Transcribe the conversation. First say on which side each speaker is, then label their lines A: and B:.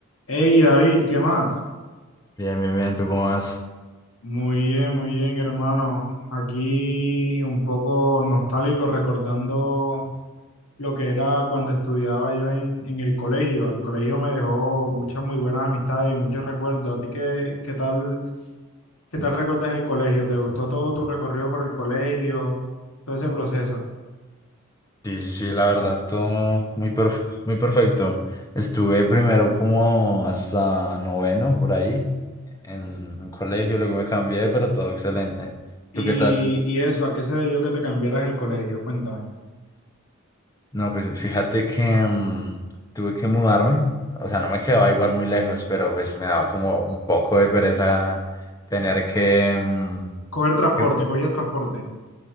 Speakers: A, on the left; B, on the left.
A: Hey David, ¿qué más?
B: Bien, bien, bien, ¿tú cómo vas?
A: Muy bien, muy bien, hermano. Aquí un poco nostálgico, recordando lo que era cuando estudiaba yo en, en el colegio. El colegio me dejó muchas muy buenas amistades y muchos recuerdos. ¿A ti qué, qué tal, qué tal recuerdas el colegio? ¿Te gustó todo tu recorrido por el colegio, todo ese proceso?
B: Sí, sí, sí, la verdad, todo muy, perf- muy perfecto. Estuve primero como hasta noveno, por ahí, en un colegio, luego me cambié, pero todo excelente.
A: Y,
B: ¿Tú qué tal?
A: y eso, ¿a qué se debió que te cambiaras el colegio? Cuéntame.
B: No, pues fíjate que mm, tuve que mudarme, o sea, no me quedaba igual muy lejos, pero pues me daba como un poco de pereza tener que, mm,
A: Coger transporte,
B: que
A: cogías transporte,